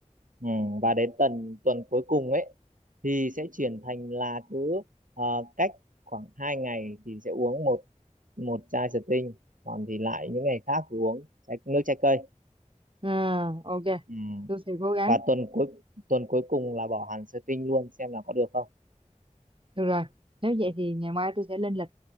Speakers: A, on the right; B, on the right.
A: Ừ, và đến tuần tuần cuối cùng ấy thì sẽ chuyển thành là cứ ờ, cách khoảng hai ngày thì sẽ uống một một chai thủy tinh, còn thì lại những ngày khác thì uống trái, nước trái cây
B: ừ, ok
A: Ừ.
B: tôi sẽ cố gắng
A: Và tuần cuối tuần cuối cùng là bỏ hẳn Sting luôn xem là có được không.
B: Được rồi, nếu vậy thì ngày mai tôi sẽ lên lịch